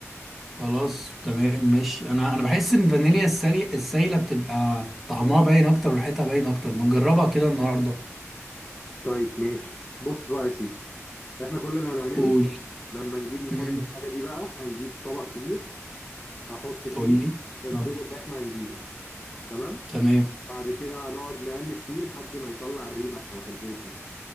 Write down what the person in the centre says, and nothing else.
خلاص تمام ماشي انا انا بحس ان الفانيليا السالي السايلة بتبقى طعمها باين اكتر وريحتها باين اكتر ما تجربها كده النهاردة
قول
امم
قول لي
اه
تمام